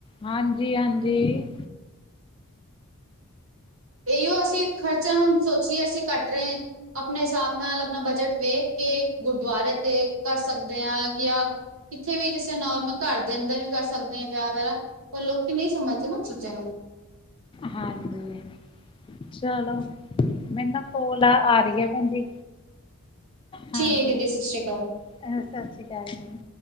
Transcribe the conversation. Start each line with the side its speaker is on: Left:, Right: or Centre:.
Left: ਹਾਂਜੀ -ਹਾਂਜੀ।
Right: ਇਹੀਓ ਅਸੀਂ ਖਰਚਾ ਹੁਣ ਸੋਚੀਏ ਅਸੀਂ ਘਟ ਰਹੇ, ਆਪਣੇ ਹਿਸਾਬ ਨਾਲ ਆਪਣਾ ਬਜਟ ਵੇਖ ਕੇ ਗੁਰਦੁਆਰੇ ਤੇ ਕਰ ਸਕਦੇ ਆਂ ਜਾਂ ਕਿੱਥੇ ਵੀ ਕਿਸੇ ਨੋਰਮਲ ਘਰ ਦੇ ਅੰਦਰ ਵੀ ਕਰ ਸਕਦੇ ਆ ਵਿਆਹ ਵਗ਼ੈਰਾ, ਪਰ ਲੋਕੀਂ ਨਹੀਂ ਸਮਝਦੇ ਇਹ ਚੀਜਾਂ ਨੂੰ।
Left: ਹਾਂਜੀ, ਚਲੋ ਮੈਂਨੂੰ ਨਾ ਕੋਲ ਆ ਰਹੀ ਐ ਭੈਣਜੀ, ਹਾਂਜੀ।
Right: ਠੀਕ ਹੈ ਜੀ
Left: ਅਹ
Right: ਸਤਿ ਸ਼੍ਰੀ ਅਕਾਲ
Left: ਸ਼ਾਸਰੀ ਕਾਲ ਜੀ।